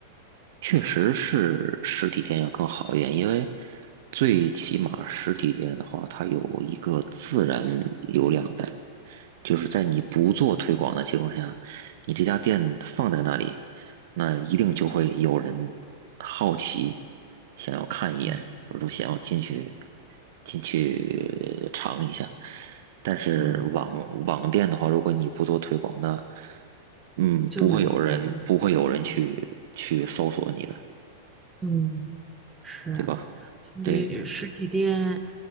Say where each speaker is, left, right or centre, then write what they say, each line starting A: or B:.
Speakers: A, on the right; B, on the right.
A: 确实是实体店要更好一点，因为最起码实体店的话，它有一个自然流量在，就是在你不做推广的情况下，你这家店放在那里，那一定就会有人好奇，想要看一眼，
B: 啊，
A: 或者说想要进去进去尝一下。但是网网店的话，
B: 哦，
A: 如果你不做推广，那嗯，
B: 就没没的，
A: 不会有人不会有人去去搜索你的，
B: 嗯嗯，是，
A: 对吧？
B: 所以实体店，
A: 对，